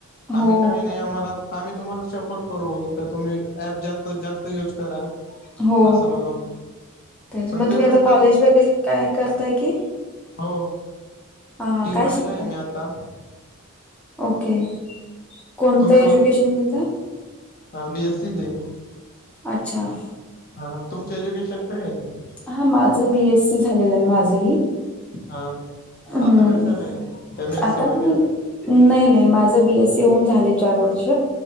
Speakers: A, in the centre; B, on the left.
A: हो,
B: आम्ही काही नाही. आम्हाला आम्ही तुम्हाला सपोर्ट करू. तर तुम्ही ऍप जास्तीत जास्त युज करा.
A: हो.
B: असं म्हणून
A: तेच
B: पण
A: मग
B: ते
A: तुम्ही
B: पण
A: आता कॉलेज
B: क
A: वगैरे काय करताय की,
B: हो.
A: हां, हां.
B: टी
A: काय
B: वाय
A: शिकताय?
B: ला आहे मी आता.
A: ओके. कोणतं
B: तुम्ही
A: एज्युकेशन घेता?
B: हा बीएस सी चे
A: अच्छा.
B: हा. तुमचं एज्युकेशन काय आहे?
A: हा. माझं बी एस सी झालेलं आहे माझंही.
B: हा.
A: हं.
B: आता कशला हाय एम एस
A: आता
B: सी वगैरे?
A: मी नाही नाही. माझ बी एस सी होऊन झालंय चार वर्ष